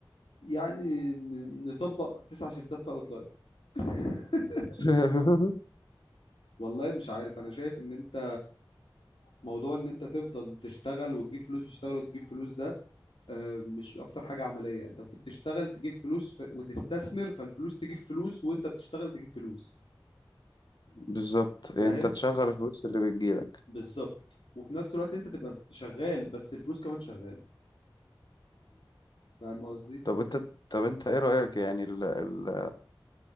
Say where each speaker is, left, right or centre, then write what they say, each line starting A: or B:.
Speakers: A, on the left; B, on the left.
A: يعني ن- نطبق تسع شيفتات في اوتلاير <laughs>
B: <laughs>
A: والله مش عارف انا شايف ان انت موضوع ان انت تفضل تشتغل وتجيب فلوس وتشتغل وتجيب فلوس ده آه، مش اكتر حاجه عمليه انت المفروض تشتغل تجيب فلوس ف... وتستثمر فالفلوس تجيب فلوس وانت بتشتغل تجيب فلوس
B: بالظبط يعني
A: فاهم
B: أنت تشغل الفلوس اللي بتجيلك
A: بالظبط وفي نفس الوقت انت تبقى شغال بس الفلوس كمان شغاله فاهم قصدي
B: طب انت طب انت ايه رأيك يعني ال... ال...